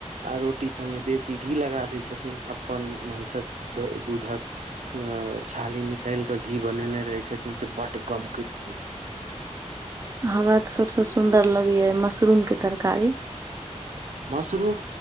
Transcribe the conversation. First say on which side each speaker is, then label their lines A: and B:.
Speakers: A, on the right; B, on the right.
A: आ रोटी संगे देशी घी लगा दय छथिन अपन महींसक दूधक आ छाली निकाल के घी बनेने रहे छथिन से बड गमकैत रहे छै
B: हमरा तऽ सबसे सुंन्दर लगेया मशरूम के तरकारी
A: मशरूम